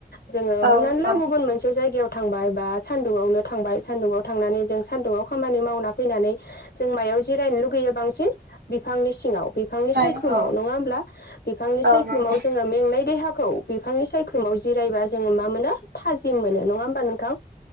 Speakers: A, on the left; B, on the right.
A: जोंङो
B: औ
A: हमनानै ला
B: औ
A: गुबुन मोनसे जायगायाव थांबाय बा सान्दुङआवनो थांबाय सान्दुङाव थांनानै जों सान्दुङआव खामानि मावना फैनानै जों मायाव जिरायनो लुगैयो बांसिन बिफांनि सिङाव बिफांनि
B: हाय
A: सायख्लुमाव
B: औ
A: नङा होमब्ला बिफांनि
B: औ
A: सायख्लुमाव
B: नंगौ
A: जोङो मेंनाय देहाखौ बिफाङाय सायख्लू -माव जिरायबा जोङो मा मोनो थाजिम मोनो नङा होन ओ नोंथां